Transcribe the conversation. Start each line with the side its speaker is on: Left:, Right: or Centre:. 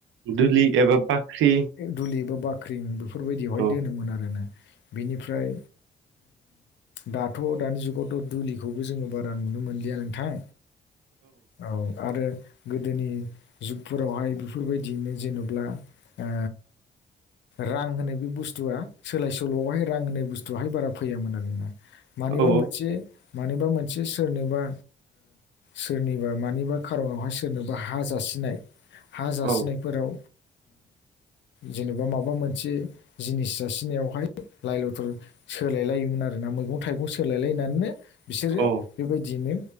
Right: दुलि एबा बाख्रि
Left: दुलिबा बाख्रि बाख्रि बेफोरबायदियावहाय
Right: औ
Left: दोनोमोन आरोना बिनिफ्राय दाथ' दानि जुगावथ' दुलिखौबो जोङो बारा बारा नुनो मोनलिया नोंथां औ आरो गोदोनि जुगफोरावहाय बेफोरबायदियैनो जेन'ब्ला ओ रां होनाय बे बुस्थुआ सोलाय सोल'आवहाय रां होनाय बुस्थुवहाय बारा फैयामोन आरोना मानिबा
Right: औ
Left: मोनसे मानिबा मोनसे मोनसे सोरनोबा सोरनिबा मानिबा खार'नावहाय सोरनोबा हा जासिनाय हा जासिनायफोराव
Right: औ
Left: जेनेबा माबा मोनसे जिनिस जासिनायावहाय लाइ लथर सोलायलायोमोन आरोना मैगं थाइगं सोलायलायनानैनो बिसोरो
Right: औ
Left: बेबायदियैनो